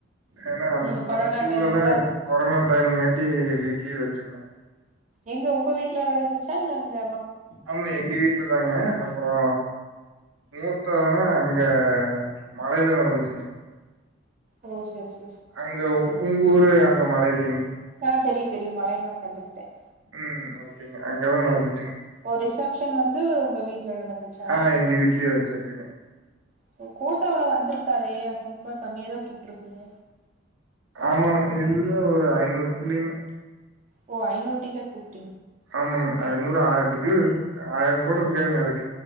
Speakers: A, on the right; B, on the right.
A: ஏனா அந்த
B: ம் கொரோனா
A: அந்த சூழ்நல
B: டைம்ல
A: கொரோனா டைம்ங்காட்டி வீட்லியே வச்சுங்க
B: எங்க ஒங்க வீட்ல நடந்துச்சா இல்ல அங்க
A: ஆமா எங்க வீட்ல தாங்க அப்புறோ முகூர்த்தோ ஆனா எங்க மலையில நடந்துச்சுங்க
B: ஓ செரி செரி
A: அங்கோ உங்க ஊரு அங்க மலை இல்லிங்
B: ஆ தெரியும் தெரியும் மலை நா கண்டுகிட்டேன்
A: ம் ஓகேங்க அங்கதான் நடந்து
B: ஓ ரிசப்ஷன் வந் வந்து உங்க வீட் ல நடந்துச்சா
A: ஆ எங்க வீட்லயே வச்சாச்சுங்க
B: கோ கோட்டாவுள வந்துருக்காதே ரொம்ப கம்மியாதா கூப் விட்ருப்பீங்க
A: ஆமா இல்ல ஒரு ஐநூறு புள்ளிங்க
B: ஓ ஐநூறு டிக்கெட் புக்
A: ஆமாங்க ஐநூறு ஆயிரொத்துக்குள்ள இருக்கு ஆயிரோ கூட இருக் காங்க அதுக்